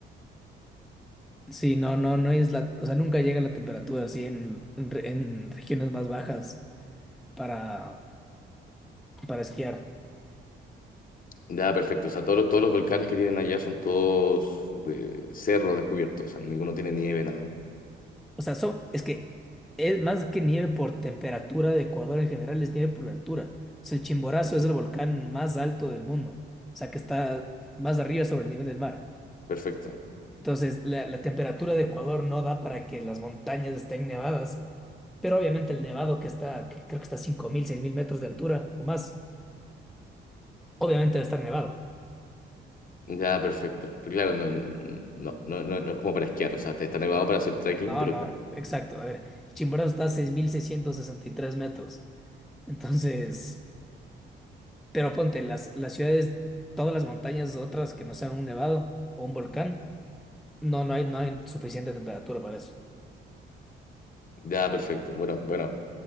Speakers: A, in the centre; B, on the left.
A: Sí, no, no, no es la, o sea, nunca llega la temperatura así en, en, re- en regiones más bajas para, para esquiar.
B: Ya, perfecto. O sea, todo lo- todos los volcanes que tienen allá son todos eh, cerros descubiertos. O sea, ninguno tiene nieve, nada.
A: O sea, so- es que es más que nieve por temperatura de Ecuador en general, es nieve por la altura. O sea, el Chimborazo es el volcán más alto del mundo. O sea, que está más arriba sobre el nivel del mar.
B: Perfecto.
A: Entonces, la, la temperatura de Ecuador no da para que las montañas estén nevadas. Pero obviamente el nevado que está, que creo que está a cinco mil, seis mil metros de altura o más, obviamente va a estar nevado.
B: Ya, perfecto. Pero claro, no, no, no, no, no es como para esquiar. O sea, está está nevado para hacer trekking,
A: No,
B: pero
A: no, exacto. A ver, el Chimborazo está a 6.663 metros. Entonces... Pero ponte, las, las ciudades, todas las montañas otras que no sean un nevado o un volcán, no, no hay, no hay suficiente temperatura para eso.
B: ya, perfecto. Bueno, bueno,